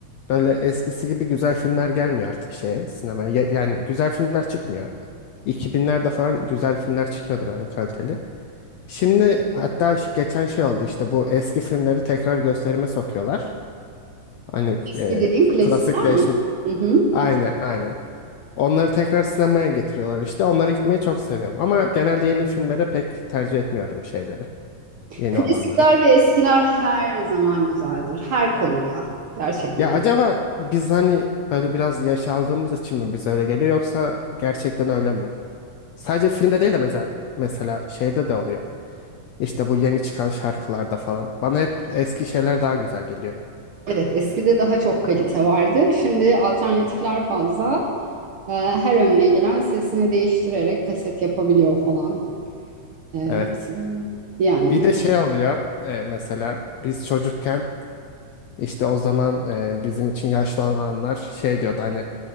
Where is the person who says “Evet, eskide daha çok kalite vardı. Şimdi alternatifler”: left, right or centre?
Right